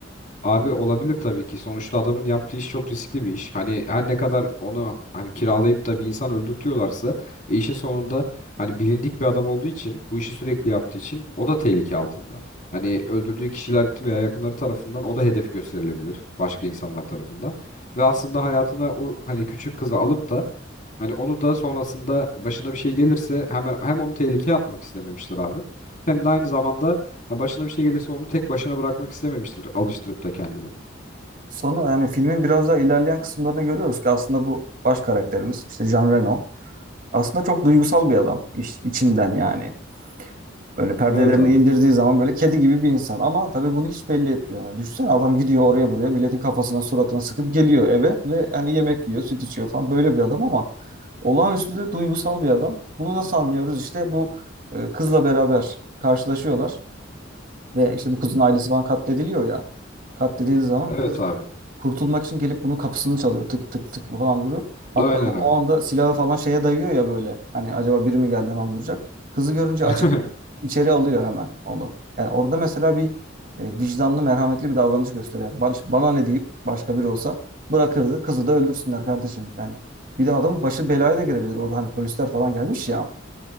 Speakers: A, on the left; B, on the right.
A: Abi olabilir tabii ki. Sonuçta adamın yaptığı iş çok riskli bir iş. Hani her ne kadar onu hani kiralayıp da bir insan öldürtüyorlarsa e, işin sonunda hani bilindik bir adam olduğu için bu işi sürekli yaptığı için o da tehlike altında. Hani öldürdüğü kişiler veya yakınları tarafından o da hedef gösterilebilir başka insanlar tarafından. Ve aslında hayatına o hani küçük kızı alıp da Hani onu da sonrasında başına bir şey gelirse hem, hem onu tehlikeye atmak istememiştir abi. Hem de aynı zamanda ha, başına bir şey gelirse onu tek başına bırakmak istememiştir alıştırıp da kendine.
B: Sonra yani filmin biraz daha ilerleyen kısımlarını görüyoruz ki aslında bu baş karakterimiz işte Jean Reno aslında çok duygusal bir adam iç- içinden yani. Böyle perdelerini
A: Evet abi.
B: indirdiği zaman böyle kedi gibi bir insan ama tabii bunu hiç belli etmiyor. Yani düşünsene adam gidiyor oraya buraya milletin kafasına suratına sıkıp geliyor eve ve yani yemek yiyor süt içiyor falan böyle bir adam ama olağanüstü de duygusal bir adam. Bunu nasıl anlıyoruz? İşte bu e, kızla beraber karşılaşıyorlar. Ve işte bu kızın ailesi falan katlediliyor ya. Katledildiği zaman
A: Evet
B: kız
A: abi.
B: kurtulmak için gelip bunun kapısını çalıyor. Tık tık tık falan vuruyor. Hatta
A: Aynen
B: o o
A: abi.
B: anda silahı falan şeye dayıyor ya böyle. Hani acaba biri mi geldi hemen vuracak. Kızı görünce
A: <laughs>
B: açıp içeri alıyor hemen onu. Yani orada mesela bir e, vicdanlı, merhametli bir davranış gösteriyor. Yani baş- bana ne deyip başka biri olsa bırakırdı. Kızı da öldürsünler kardeşim. Yani bir de adamın başı belaya da girebilir orada. Hani polisler falan gelmiş ya.